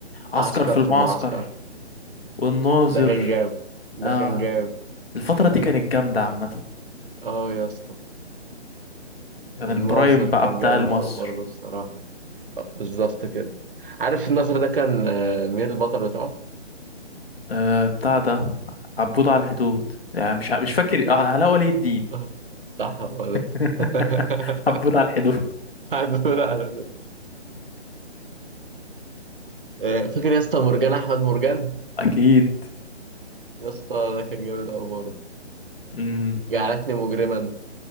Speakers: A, on the left; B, on the right.
A: عسكر
B: عسكر
A: في المعسكر
B: في المعسكر
A: والناظر
B: ده كان جامد ده
A: اه
B: كان جامد
A: الفترة دي كانت جامدة عامة
B: اه يا اسطى
A: كان
B: الناظر
A: البرايم بقى
B: كان
A: بتاع
B: جامد
A: مصر
B: قوي برضه بصراحة آه، بالظبط كده عارف الناظر ده كان آه، مين البطل بتاعه؟
A: أه بتاع ده عبود على الحدود يعني مش ع- مش فاكر آه، علاء ولي الدين
B: آه، صح هو ده
A: <laughs>
B: <laughs>
A: عبود على الحدود
B: هدول على دول آه، فاكر يا اسطى مرجان احمد مرجان
A: أكيد
B: يا اسطى ده كان جامد قوي برضه
A: امم
B: جعلتني مجرما